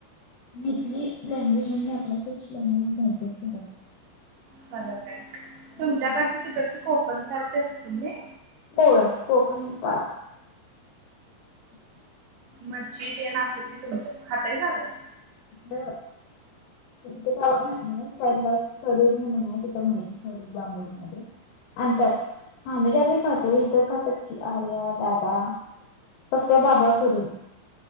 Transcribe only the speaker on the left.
इथली लँग्वेज आणि आपल्या सच लँग्वेज भ..
आहे.
हो कोकण पा.. <inaudible>
ल. तथ पला सरीूर म्हणून आहे तिथं माहिती सर बांबोली मध्ये.. अंतात हा म्हणजे आम्ही खातो इथं खातात की आर्या दादा.. फक्त बाबा सोडून..